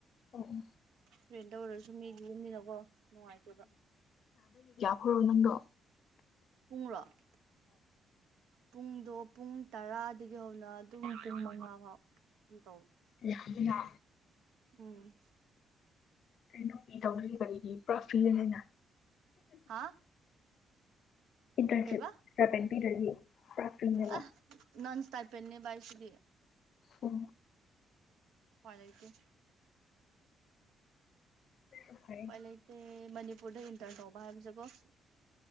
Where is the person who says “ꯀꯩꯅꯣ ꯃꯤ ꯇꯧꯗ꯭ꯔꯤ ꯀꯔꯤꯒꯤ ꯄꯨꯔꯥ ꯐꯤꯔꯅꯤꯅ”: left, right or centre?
Left